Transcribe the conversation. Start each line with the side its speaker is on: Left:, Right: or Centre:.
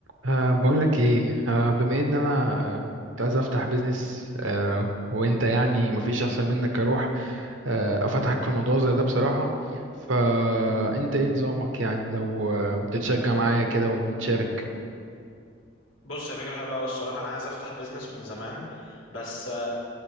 Right: أه بقول لك ايه أه بما ان انا آه، كنت عايز افتح بيزنس أه وانت يعني مفيش احسن منك اروح أه افتحك في موضوع زي ده بصراحة فانت ايه نظامك يعني لو آه، تتشجع معايا كده ونتشارك
Left: بص يا فكرة حلوة أوي الصراحة أنا عايز أفتح بيزنس من زمان بس آه،